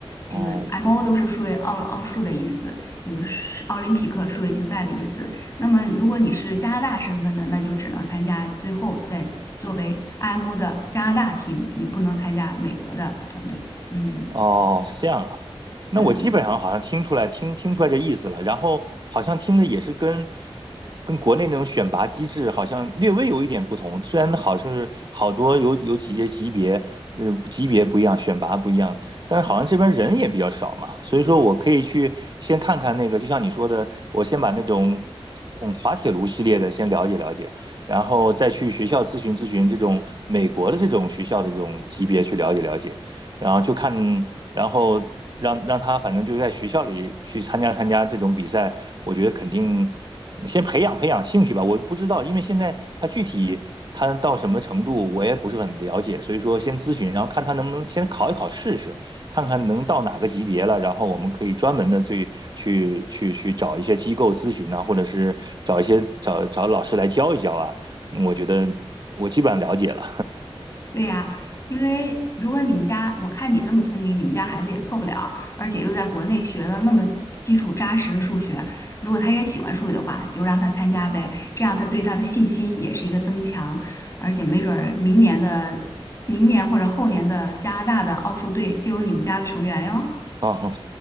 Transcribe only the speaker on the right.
哦。
哦，是这样啊。那我基本上好像听出来，
听听出来这意思了。然后好像听着也是跟跟国内那种选拔机制好像略微有一点不同。虽然好像是好多有有几些级别，嗯、级别不一样，选拔不一样，但是好像这边人也比较少嘛。所以说我可以去先看看那个，就像你说的，我先把那种嗯滑铁卢系列的先了解了解。然后再去学校咨询咨询这种美国的这种学校的这种级别去了解了解，然后就看，然后让让他反正就在学校里去参加参加这种比赛，我觉得肯定先培养培养兴趣吧。我不知道，因为现在他具体他到什么程度，我也不是很了解，所以说先咨询，然后看他能不能先考一考试试，看看能到哪个级别了，然后我们可以专门的去去去去找一些机构咨询啊，或者是找一些找找老师来教一教啊。嗯我觉得我基本上了解了。
哦，